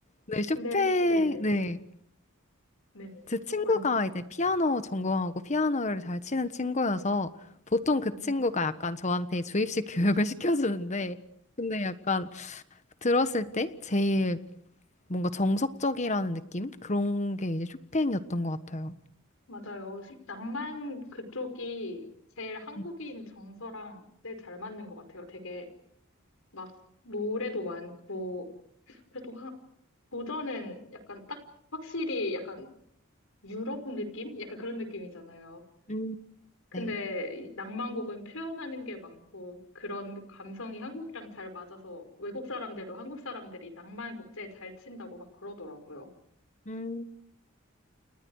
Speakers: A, on the left; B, on the left.
A: 네, 쇼팽,
B: 근데, 네,
A: 네.
B: 네네.
A: 제 친구가
B: 완
A: 이제 피아노 전공하고 피아노를 잘 치는 친구여서, 보통 그
B: 음,
A: 친구가 약간 저한테 주입식 교육을 <laughs> 시켜주는데, 근데 약간 들었을 때 제일 뭔가 정석적이라는 느낌? 그런 게 이제 쇼팽이었던 것 같아요.
B: 맞아요. 시- 낭만 그쪽이 제일 한국인
A: 네.
B: 정서랑 제일 잘 맞는 것 같아요. 되게 막 노래도 많고, 그래도 하, 고전은 약간 딱 확실히 약간 유럽 느낌? 약간 그런 느낌이잖아요.
A: 음,
B: 근데
A: 네.
B: 이 낭만곡은 표현하는 게 많고 그런 감성이 한국이랑 잘 맞아서 외국 사람들도 한국 사람들이 낭만 곡제에 잘 친다고 막 그러더라고요.
A: 음,